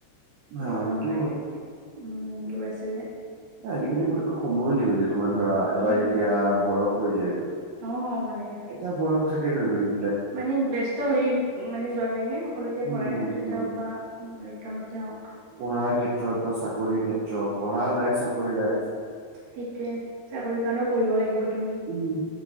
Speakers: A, on the right (about 75°); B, on the right (about 60°).
A: হা
B: মিলাব
A: সেইটোও
B: নোৱাৰি,
A: হয়।
B: উম দূৰ আছে যে।
A: আজিকালি ফটকে সময়ো নিমিলে তোমাৰ ধৰা এবাৰ
B: উম
A: যেতিয়া বয়স হৈ যায়গৈ।
B: অ, মানে।
A: এটা বয়স, থাকেগৈ মানে।
B: মানে ব্যস্ত হৈ মানে যোৱা যায় ন, সকলোতে
A: উম,
B: পঢ়াৰ
A: হম,
B: ক্ষেত্ৰতে
A: হম,
B: হ'ওক বা বেলেগ কামতে হক
A: পঢ়াৰ ক্ষেত্ৰত বা চাকৰিৰ ক্ষেত্ৰত, পঢ়াৰ লাইফ চাকৰিৰ লাইফ
B: সেইটোয়েই, চাকৰিৰ কাৰণেও পঢ়িব লাগিব। তুমি
A: উম,